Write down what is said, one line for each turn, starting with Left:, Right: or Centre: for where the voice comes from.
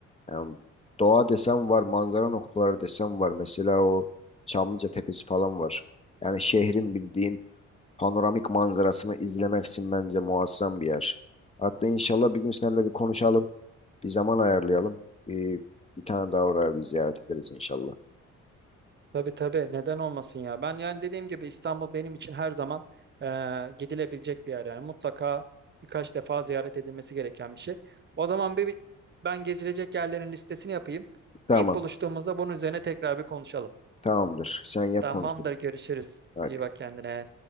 Left: Yani doğa desem var, manzara noktaları desem var. Mesela o Çamlıca Tepesi falan var. Yani şehrin bildiğin panoramik manzarasını izlemek için bence muazzam bir yer. Hatta inşallah bir gün seninle bir konuşalım. Bir zaman ayarlayalım. Bir, bir tane daha oraya bir ziyaret ederiz inşallah.
Right: Tabii tabii neden olmasın ya. Ben yani dediğim gibi İstanbul benim için her zaman e, gidilebilecek bir yer yani mutlaka birkaç defa ziyaret edilmesi gereken bir şey. O zaman bir bir- ben gezilecek yerlerin listesini yapayım.
Left: Tamam,
Right: İlk buluştuğumuzda bunun üzerine tekrar bir konuşalım.
Left: tamamdır. Sen yap
Right: Tamamdır
Left: konuşuruz.
Right: görüşürüz.
Left: Hadi.
Right: İyi bak kendine.